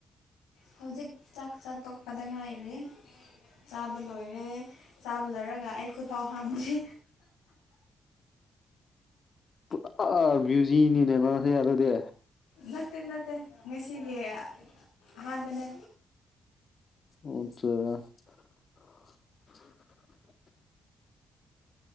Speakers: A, on the left; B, on the left.
A: ꯍꯧꯖꯤꯛ ꯆꯥꯛ ꯆꯥ ꯇꯣꯛꯄꯗ ꯉꯥꯏꯔꯤ ꯆꯥꯕ ꯂꯣꯏꯔꯦ ꯆꯥꯕ ꯂꯣꯏꯔꯒ ꯑꯩ ꯈꯨꯠꯐꯥꯎ ꯍꯥꯝꯗꯔ꯭ꯤ
B: ꯄꯨꯔꯥ ꯕꯤꯖꯤꯅꯤꯅꯦ ꯅꯪꯁꯦ ꯑꯗꯨꯗꯤ
A: ꯅꯠꯇꯦ ꯅꯠꯇꯦ ꯉꯁꯤꯒꯤ ꯑꯍꯥꯟꯕꯅꯦ
B: <unintelligible>